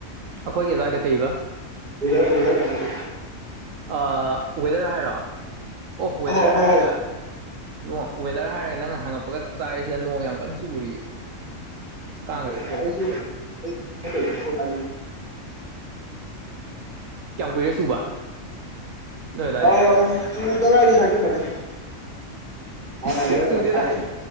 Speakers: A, on the right; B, on the right.
A: ꯑꯩꯈꯣꯏꯒꯤ ꯑꯗ꯭ꯋꯥꯏꯗ ꯀꯩꯕꯥ
B: ꯋꯦꯗ꯭ꯔ ꯋꯦꯗ꯭ꯔ ꯀꯃꯥꯏ ꯇꯧꯒꯦ
A: ꯑꯥ ꯋꯦꯗ꯭ꯔ ꯍꯥꯏꯔꯣ ꯑꯣꯐ
B: ꯑꯍꯣꯏ
A: ꯋꯦꯗ꯭ꯔ
B: ꯍꯣꯏ
A: ꯍꯥꯏꯔꯒ ꯏꯕꯨꯡꯉꯣ ꯋꯦꯗ꯭ꯔ ꯍꯥꯏꯔꯒ ꯅꯪꯅ ꯍꯪꯉꯛꯄꯒ ꯆꯞ ꯆꯥꯔꯦ ꯁꯤꯗ ꯅꯣꯡ ꯌꯥꯝ ꯀꯟꯅ ꯆꯨꯔꯤꯌꯦ ꯑꯁ
B: <unintelligible>
A: ꯀꯥꯡꯒ ꯆꯤꯛꯑꯦꯗ ꯈꯨꯠꯁꯦ ꯀꯌꯥꯝ ꯀꯨꯏꯔꯦ ꯆꯨꯕ ꯅꯣꯏ ꯑꯗꯨꯋꯥꯏꯗꯗꯤ
B: ꯑꯪ ꯆꯨꯗ ꯍꯥꯏꯖꯤꯟꯕꯅꯦ ꯍꯥꯟꯅ
A: ꯆꯨꯗꯦꯗ
B: ꯍꯥꯏꯕ ꯅꯠꯇ꯭ꯔꯥ ꯍꯥꯏꯒꯦꯗ